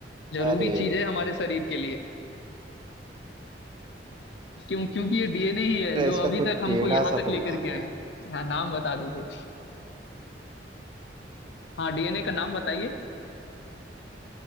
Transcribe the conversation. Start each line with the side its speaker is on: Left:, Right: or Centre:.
Left: जरूरी
Right: अरे
Left: चीज है हमारे शरीर के लिए क्यों क्योंकि ये डीएनए ही है
Right: अरे,
Left: जो
Right: इसका
Left: अभी
Right: कोई
Left: तक हमको
Right: टेढ़ा
Left: यहाँ
Right: सा
Left: तक
Right: तो
Left: लेकर
Right: नाम
Left: के आया
Right: है
Left: है हाँ नाम बता दीजिए हाँ डीएनए का नाम बताइए